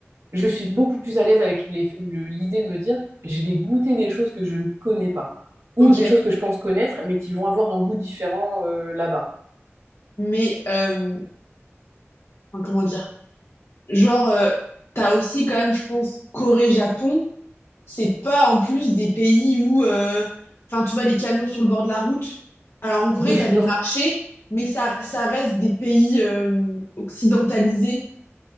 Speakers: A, on the right; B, on the left.
A: je suis beaucoup plus à l'aise avec les- le- l'idée de me dire, je vais goûter des choses que je ne connais pas, ou
B: Ok.
A: des choses que je pense connaître, mais qui vont avoir un goût différent euh, là-bas.
B: Mais euh, enfin, comment dire Genre, euh, t'as aussi quand même, je pense, Corée-Japon C'est pas en plus des pays où, euh, enfin, tu vois les camions sur le bord de la route. Alors en Corée,
A: Oui,
B: t'as des
A: <laughs> non,
B: marchés, mais ça, ça reste des pays euh, occidentalisés.